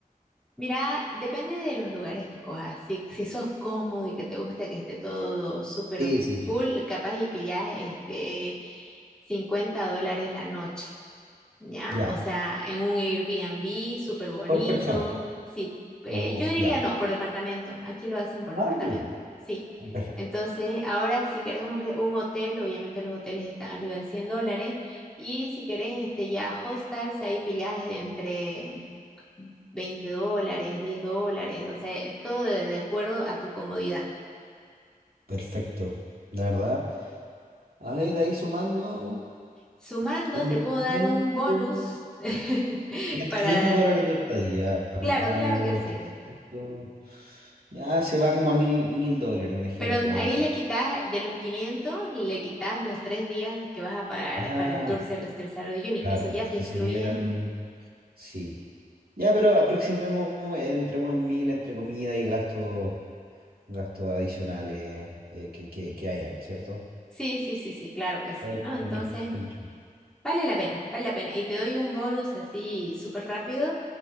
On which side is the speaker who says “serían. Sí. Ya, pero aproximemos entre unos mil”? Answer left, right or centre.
Right